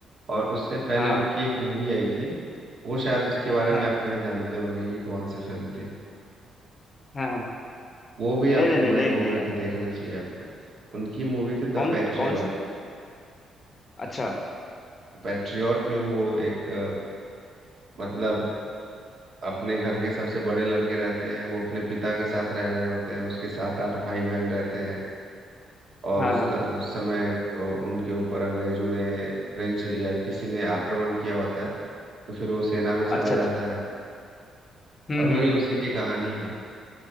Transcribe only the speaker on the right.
और उससे पहले
उनकी एक मूवी आई थी वो शायद उसके बारे
में आप नहीं जानते होंगे कि कौन सी फिल्म थी
वो भी आपको
मैं
कहूँगा
कि देखना चाहिए आपको उनकी मूवी थी द
पैट्रियट
पैट्रियट में वो एक अ, मतलब अपने घर के सबसे बड़े लड़के रहते हैं वो अपने पिता के साथ रह रहे होते हैं उसके सात आठ भाई बहन रहते हैं और
उस
ता- उस समय अ, उनके ऊपर अंग्रेजों ने फ्रेंच या किसी ने आक्रमण किया होता है तो फिर वो सेना में चला
जाता
है
और
वही
उसी की कहानी है